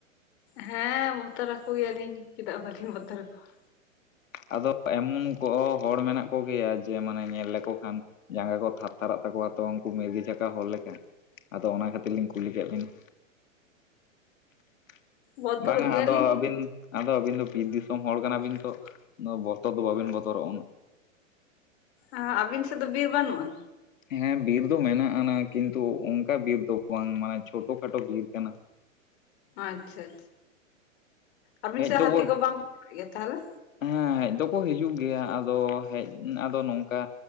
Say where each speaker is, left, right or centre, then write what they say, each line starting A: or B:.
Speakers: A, on the left; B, on the left.
A: ᱦᱮᱸ ᱵᱚᱛᱚᱨ ᱟᱠᱚ ᱜᱮᱭᱟᱞᱤᱧ ᱪᱮᱫᱟᱜ ᱵᱟᱹᱞᱤᱧ ᱵᱚᱛᱚᱨ ᱟᱠᱚᱣᱟ ᱾
B: ᱟᱫᱚ ᱮᱢᱚᱱ ᱠᱚ ᱦᱚᱸ ᱦᱚᱲ ᱢᱮᱱᱟᱜ ᱠᱚᱜᱮᱭᱟ ᱡᱮ ᱢᱟᱱᱮ ᱧᱮᱞ ᱞᱮᱠᱩ ᱠᱷᱟᱱ ᱡᱟᱸᱜᱟ ᱠᱚ ᱛᱷᱟᱨ ᱛᱷᱟᱨᱟᱜ ᱛᱟᱠᱚᱣᱟ ᱛᱚ ᱩᱱᱠᱩ ᱢᱤᱨᱜᱤ ᱪᱷᱟᱠᱟ ᱦᱚᱲ ᱞᱮᱠᱟ ᱾ ᱟᱫᱚ ᱚᱱᱟ ᱠᱷᱟᱹᱛᱤᱨ ᱞᱤᱧ ᱠᱩᱞᱤ ᱠᱮᱜ ᱵᱤᱱᱟ ᱾
A: ᱵᱚᱛᱚᱨᱚᱜ
B: ᱵᱟᱝᱟ
A: ᱜᱮᱭᱟᱞᱤᱧ
B: ᱟᱫᱚ ᱟᱹᱵᱤᱱ ᱟᱫᱚ ᱟᱹᱵᱤᱱ ᱫᱚ ᱵᱤᱨ ᱫᱤᱥᱚᱢ ᱦᱚᱲ ᱠᱟᱱᱟᱵᱤᱱ ᱛᱚ ᱾ ᱚᱱᱟᱹ ᱵᱚᱛᱚᱨ ᱫᱚ ᱵᱟᱵᱤᱱ ᱵᱚᱛᱚᱨᱚᱜ ᱩᱱᱟᱹᱜ?
A: ᱟ ᱟᱹᱵᱤᱱ ᱥᱮᱫ ᱫᱚ ᱵᱤᱨ ᱵᱟᱹᱱᱩᱜᱼᱟ?
B: ᱦᱮᱸ ᱵᱤᱨ ᱫᱚ ᱢᱮᱱᱟᱜ ᱟᱱᱟ ᱠᱤᱱᱛᱩ ᱚᱱᱠᱟ ᱵᱤᱨ ᱫᱚ ᱵᱟᱝ ᱢᱟᱱᱮ ᱪᱷᱚᱴᱚ ᱠᱷᱟᱴᱚ ᱵᱤᱨ ᱠᱟᱱᱟ ᱾
A: ᱟᱪᱪᱷᱟ ᱟᱪᱪᱷᱟ, ᱟᱹᱵᱤᱱ
B: ᱦᱮᱡ
A: ᱥᱮᱫ
B: ᱫᱚᱠᱚ
A: ᱦᱟᱹᱛᱤ ᱠᱚ ᱵᱟᱝ ᱠᱚ ᱦᱩᱡᱤᱜ ᱜᱮᱭᱟ ᱛᱟᱦᱚᱞᱮ?
B: ᱦᱮᱸ ᱦᱮᱡ ᱫᱚᱠᱚ ᱦᱤᱡᱩᱜ ᱜᱮᱭᱟ ᱟᱫᱚ ᱦᱮᱡ ᱟᱫᱚ ᱱᱚᱝᱠᱟ